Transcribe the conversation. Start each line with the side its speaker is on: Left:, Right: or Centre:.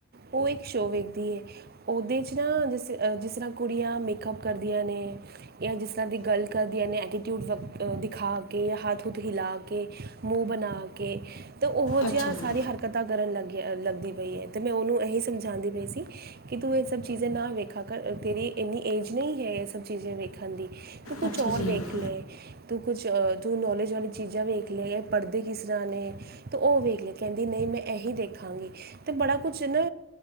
Right: ਉਹ ਇੱਕ ਸ਼ੋ ਵੇਖਦੀ ਹੈ ਉਹਦੇ ਚ ਨਾ ਜਿਸ ਜਿਸ ਤਰ੍ਹਾਂ ਕੁੜੀ। ਕੁੜੀਆਂ ਮੇਕਅੱਪ ਕਰਦੀਆਂ ਨੇ। ਜਾਂ ਜਿਸ ਤਰ੍ਹਾਂ ਦੀ ਗੱਲ ਕਰਦੀਆਂ ਨੇ ਐਟੀਟਿਊਡ ਵ ਦਿਖਾ ਕੇ ਜਾਂ ਹੱਥ ਹੱਥ ਹਿਲਾ ਕੇ। ਕੇ ਮੂੰਹ ਬਣਾ ਕੇ ਤੇ ਉਹੋ ਜਿਹੀਆਂ
Left: ਅੱਛਾ ਜੀ
Right: ਸਾਰੀ ਹਰਕਤਾ। ਹਰਕਤਾਂ ਕਰਨ ਲੱਗ ਲੱਗਦੀ ਪਈ ਹੈ ਅਤੇ ਮੈਂ ਉਹਨੂੰ ਇਹੀ ਸਮਝਾਉਂਦੀ ਪਈ ਸੀ। ਕਿ ਤੂੰ ਇਹ ਸਭ ਚੀਜ਼ਾਂ ਨਾ ਵੇਖਾ ਕਰ ਤੇਰੀ। ਇੰਨੀ ਏਜ ਨਹੀਂ ਹੈ ਇਹ ਸਭ ਚੀਜ਼ਾਂ ਵੇਖਣ ਦੀ ਤੂੰ ਕੁਛ
Left: ਅੱਛਾ
Right: ਔਰ
Left: ਜੀ
Right: ਵੇਖ
Left: ਹਮ,
Right: ਲੈ। ਤੂੰ ਕੁਛ ਤੂੰ ਨੌਲੇਜ ਵਾਲੀ ਚੀਜ਼ਾਂ ਵੇਖ ਲੈ ਪੜ੍ਹਦੇ ਕਿਸ ਤਰ੍ਹਾਂ ਨੇ। ਤੇ ਓ ਵੇਖ ਲੈ ਕੈਦੀ ਨਈ ਮੈਂ ਐਹੀ ਦੇਖਾਂਗੀ। ਤੇ ਬੜਾ ਕੁਛ ਨਾ